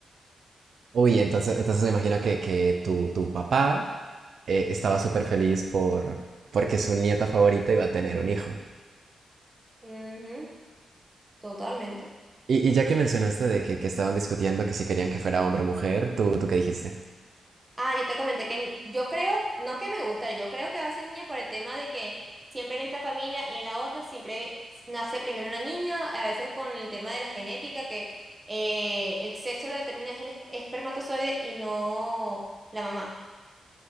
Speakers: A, on the right; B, on the right.
A: Uy, entonces, entonces me imagino que, que tu, tu papá eh, estaba súper feliz por, porque su nieta favorita iba a tener un hijo.
B: Ujú, totalmente.
A: Y, y ya que mencionaste de que, que estaban discutiendo que si querían que fuera hombre o mujer, ¿tú, tú qué dijiste?
B: Ah, yo te comenté que yo creo, no que me gusta, yo creo que va a ser niña por el tema de que siempre en esta familia y en la otra siempre nace primero una niña, a veces con el tema de la genética, que eh, el sexo lo determina es el es- espermatozoide y no la mamá,